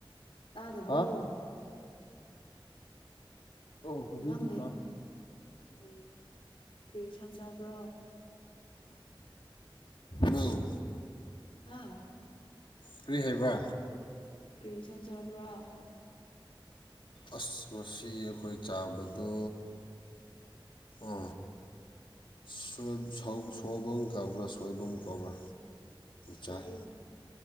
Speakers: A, on the left; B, on the left.
A: ꯇꯥꯗꯕ꯭ꯔꯣ
B: ꯍꯥ ꯑꯣ ꯍꯧꯖꯤꯛꯇꯤ
A: ꯅꯪꯅꯦ
B: ꯇꯥꯏ
A: ꯑꯣ ꯀꯔꯤ ꯁꯪꯁꯥꯕ꯭ꯔꯣ
B: ꯅꯧ
A: ꯑꯥ
B: ꯀꯔꯤ ꯍꯥꯏꯕ
A: ꯀ꯭ꯔꯤꯁꯟ ꯆꯕ꯭ꯔꯥ
B: ꯑꯁ ꯉꯁꯤ ꯑꯩꯈꯣꯏ ꯆꯥꯕꯗꯣ ꯑ ꯁ ꯁ ꯁꯣꯕꯝ ꯀꯧꯕ꯭ꯔꯥ ꯁꯣꯏꯕꯨꯝ ꯀꯧꯕ꯭ꯔꯥ
A: ꯁꯣꯏꯕꯨꯝ
B: ꯆꯥꯏ